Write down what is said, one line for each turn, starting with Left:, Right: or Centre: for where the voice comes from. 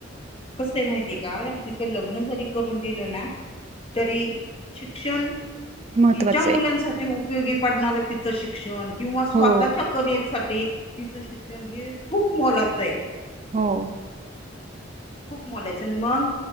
Left: कसं आहे माहितीय कां तिचं लग्नं जरी करूंन दिलं नां. तरी शिक्षणं.
Right: महत्त्वाचं
Left: तिच्यां मुलांसाठी
Right: आहे
Left: उपयोगी पडणारं तिचं शिक्षणं किंवा स्वंतःच्या.
Right: हो
Left: करियरं साठी तिचं शिक्षणं हे खूंप मोलाचं आहे.
Right: हो.
Left: खूंप मोलायचं मंग.